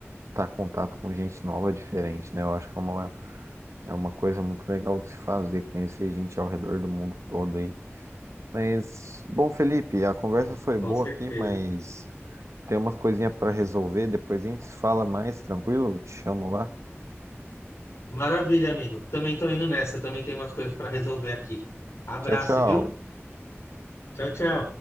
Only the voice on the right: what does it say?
estar em contato com gente nova é diferente, né? Eu acho que é uma, é uma coisa muito legal de se fazer, conhecer gente ao redor do mundo todo aí. Mas, bom, Felipe, a conversa
foi
boa
aqui, mas tem umas coisinhas para resolver. Depois a gente fala mais, tranquilo? Te chamo lá.
Tchau, tchau.